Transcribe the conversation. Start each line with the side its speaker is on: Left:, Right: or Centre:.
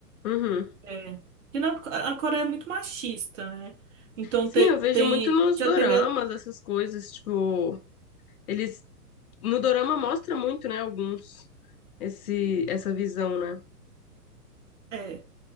Left: Uhum.
Right: É. E na, a Coreia é muito machista, né? Então
Left: Sim,
Right: te-
Left: eu vejo
Right: tem,
Left: muito nos
Right: já
Left: doramas
Right: teve a,
Left: essas coisas, tipo, eles No dorama mostra muito, né, alguns, esse, essa visão, né?
Right: é,